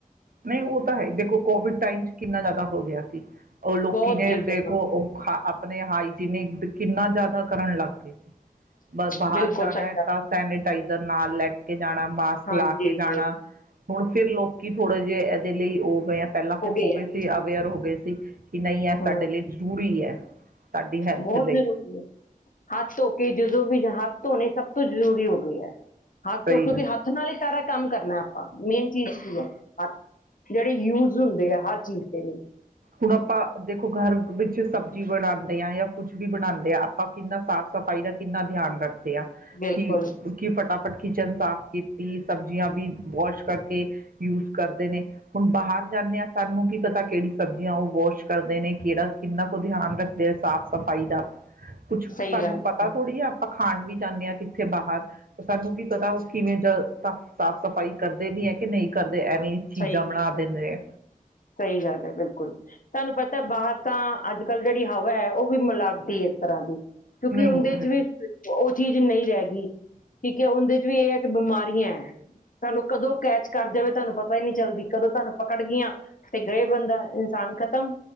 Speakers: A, on the right (about 80°); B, on the left (about 65°).
A: ਨਹੀਂ, ਉਹ ਤਾਂ ਹੈ ਦੇਖੋ ਕੋਵਿਡ ਟਾਈਮ ਚ ਕਿੰਨਾ ਜ਼ਿਆਦਾ ਹੋ ਗਿਆ ਸੀ। ਲੋਕੀ
B: ਬਹੁਤ
A: ਨੇ
B: ਜ਼ਿਆਦਾ
A: ਦੇਖੋ ਉਹ ਆਪਣੇ ਹਾਈਜੀਨਿਕ ਕਿੰਨਾ ਜ਼ਿਆਦਾ ਕਰਨ ਲੱਗ ਪਏ ਸੀ। ਬਸ ਬਾਹਰ
B: ਬਿਲਕੁਲ
A: ਜਾਣਾ
B: ਸਹੀ
A: ਹੈ
B: ਗੱਲ
A: ਤਾਂ ਸੈਨੇਟਾਈਜ਼ਰ ਨਾਲ ਲੈ ਕੇ ਜਾਣਾ ਮਾਸਕ
B: ਹਾਂਜੀ
A: ਲਾ ਕੇ ਜਾਣਾ ਹੁਣ ਫਿਰ ਲੋਕੀ ਜੇ ਇਹਦੇ ਲਈ ਉਹ ਗ ਪਹਿਲਾਂ
B: ਹੋ
A: ਸਿਰਫ ਕੋਵਿਡ
B: ਹੈ
A: ਪਹਿਲਾਂ ਤੇ ਹੋ ਗਏ ਸੀ ਅਵੇਅਰ ਹੋ ਗਏ ਸੀ ਤੇ ਕਿ ਨਹੀਂ ਇਹ
B: ਹਾਂ
A: ਸਾਡੇ ਲਈ ਜ਼ਰੂਰੀ ਹੈ। ਸਾਡੀ ਹੈਲਥ
B: ਬਹੁਤ
A: ਲਈ
B: ਜ਼ਰੂਰੀ ਹੈ, ਹੱਥ ਧੋ ਕੇ ਜਦੋਂ ਵੀ ਹੱਥ ਧੋਣੇ ਸਭ ਤੋਂ ਜ਼ਰੂਰੀ ਹੋ ਗਈ ਹੈ। ਹੱਥ
A: ਸਹੀ
B: ਤੋਂ ਕਿਉਂਕਿ
A: ਆ।
B: ਹੱਥ ਨਾਲ ਹੀ ਸਾਰਾ ਕੰਮ ਕਰਨਾ ਆਪਾਂ ਮੇਨ ਚੀਜ਼ ਕੀ ਹੈ। ਹੱਥ ਜਿਹੜੇ ਯੂਜ ਹੁੰਦੇ ਆ ਹਰ ਚੀਜ਼ ਦੇ ਲਈ
A: ਹੁਣ ਆਪਾਂ ਦੇਖੋ ਘਰ ਵਿੱਚ ਸਬਜ਼ੀ ਬਣਾਉਂਦੇ ਹਾਂ ਜਾਂ ਕੁਛ ਵੀ ਬਣਾਉਂਦੇ ਆ, ਆਪਾਂ ਕਿੰਨਾਕੁ ਸਾਫ਼ ਸਫ਼ਾਈ ਦਾ ਕਿੰਨਾ ਧਿਆਨ ਰੱਖਦੇ ਆ,
B: ਬਿਲਕੁਲ
A: ਕਿ ਕੀ ਫਟਾਫਟ ਕਿਚਨ ਸਾਫ਼ ਕੀਤੀ ਸਬਜ਼ੀਆਂ ਵੀ ਵੋਸ਼ ਕਰਕੇ ਯੂਜ ਕਰਦੇ ਨੇ ਹੁਣ ਬਾਹਰ ਜਾਂਦੇ ਹਾਂ ਸਾਨੂੰ ਕਿ ਪਤਾ ਕਿਹੜੀ ਸਬਜ਼ੀਆਂ ਉਹ ਵਾਸ਼ ਕਰਦੇ ਨੇ ਕਿਹੜਾ ਕਿੰਨਾ ਕੁ ਧਿਆਨ ਰੱਖਦੇ ਆ ਸਾਫ਼ ਸਫਾਈ ਦਾ ਕੁੱਛ
B: ਸਹੀ
A: ਸਾਨੂੰ
B: ਗੱਲ
A: ਪਤਾ
B: ਹੈ
A: ਥੋੜੀ
B: ਜੀ
A: ਆ ਆਪਾਂ ਖਾਣ ਵੀ ਜਾਂਦੇ ਹਾਂ, ਕਿੱਥੇ ਬਾਹਰ ਸਾਨੂੰ ਕੀ ਪਤਾ ਉਹ ਕਿਵੇਂ ਜਾ ਸਾ ਸਾਫ਼ ਸਫ਼ਾਈ ਕਰਦੇ ਵੀ ਹੈ ਕਿ ਨਹੀਂ ਕਰਦੇ? ਐਵੇਂ ਚੀਜ਼ਾਂ
B: ਸਹੀ
A: ਬਣਾ <unintelligible> ਦਿੰਦੇ ੲਏ
B: ਸਹੀ ਗੱਲ ਹੈ, ਬਿਲਕੁਲ ਤੁਹਾਨੂੰ ਪਤਾ ਬਾਹਰ ਤਾਂ ਅੱਜ ਕੱਲ੍ਹ ਜਿਹੜੀ ਹਵਾ ਹੈ ਉਹ ਵੀ ਮਿਲਾਵਟੀ ਹੈ ਇੱਕ ਤਰ੍ਹਾਂ ਦੀ ਕਿਉਂਕਿ
A: ਨਹੀਂ
B: ਉਹਦੇ
A: ਉਹ ਤਾਂ
B: ਚ
A: ਹੈ
B: ਵੀ ਉਹ ਚੀਜ਼ ਨਹੀਂ ਰਹਿ ਗਈ ਠੀਕ ਹੈ, ਉਹਦੇ ਚ ਵੀ ਇਹ ਬਿਮਾਰੀਆਂ ਤੁਹਾਨੂੰ ਕਦੋਂ ਕੈਚ ਕਰ ਜਾਵੇ ਤੁਹਾਨੂੰ ਪਤਾ ਹੀ ਨਹੀਂ ਚੱਲਦੀ ਕਦੋਂ ਤੁਹਾਨੂੰ ਪਕੜ ਗਈਆਂ ਗਏ ਬੰਦਾ ਇਨਸਾਨ ਖਤਮ